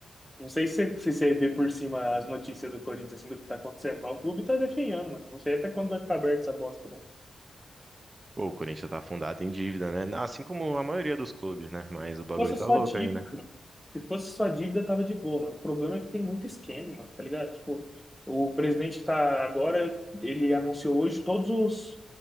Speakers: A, in the centre; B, on the right.
A: Não sei se, se você vê por cima as notícias do Corinthians, assim, do que tá acontecendo, mas o clube tá definhando, mano. Não sei até quando vai ficar aberto essa bosta, não.
B: Pô, o Corinthians tá afundado em dívida, né? Assim como a maioria dos clubes, né? Mas o bagulho
A: fosse
B: tá
A: só
B: louco
A: dívida,
B: aí, né?
A: mano. Se fosse só dívida, tava de boa, mano. O problema é que tem muito esquema, mano, tá ligado? Tipo, o presidente que tá agora, ele anunciou hoje todos os